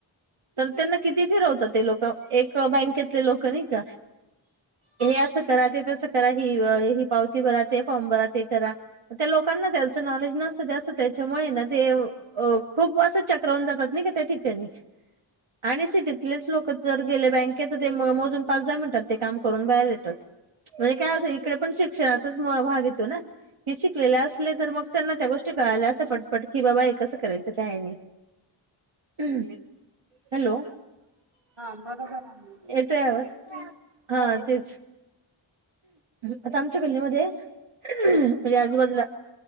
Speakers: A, on the right; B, on the right.
A: तर त्यांना किती फिरवतात ते लोक एक बँकेतले लोक नाही का? हे असं करा ते तसं करा ही ही पावती भरा ते फॉर्म भरा ते करा. त्या लोकांना त्याचं नॉलेज नसतं जास्त त्याच्यामुळे ना ते अ खूप वाजच चक्रवून जातात नाही का त्या ठिकाणी आणि सिटीतलेच लोक जर गेले बँकेत ते मोजून पाच दहा मिनिटात ते काम करून बाहेर येतात. म्हणजे काय होतं इकडे पण शिक्षणाचाच भाग येतो ना क शिकलेले असले तर मग त्यांना त्या गोष्टी कळाल्या असं पटपट की बाबा हे कसं करायचं काय नाही. हम्म हॅलो
B: हा बरोबर आहे
A: येतो आवाज हा
B: हो येतोय.
A: तेच आता आमच्या गल्लीमध्ये म्हणजे आजूबाजूला